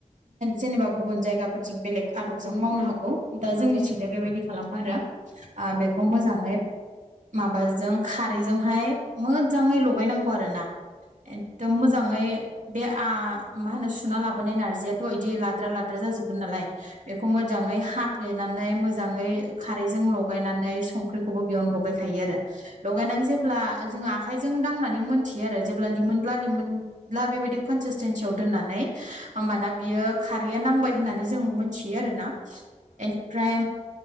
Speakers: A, on the right (about 70°); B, on the left (about 75°).
A: जेनेबा गुब बुन जायगाफोरथिं बेलेग आदबजों
B: उम
A: मावनो
B: उम
A: हागौ दा
B: औ
A: जोंनिथिंजाय बेबायदि खालामो आरो ओ बेखौ मोजाङै माबाजों खारैजोंहाय मोजाङै लगायनांगौ आरो ना एखदम मोजाङै बे आ मा होनो सुना लाबोनाय नारजियाथ' बिदि लाद्रा ला द्रा जाजोबगोन नालाय बेखौ मोजांयै हा फ्लेनानै मोजांयै खारैजों लगायनानै संख्रिखौबो बेयावनो लगायखायो आरो लगायना नै जेब्ला जों आखाइजों दांनानै मोनथियो आरो जेब्ला लिमोनल्ला लिमोनल्ला बेबायदि कनसिसटेन ज' दोननानै ओमबाना बियो खारै बियो नांबाय होननै जों मिनथियो आरोना एमफ्रय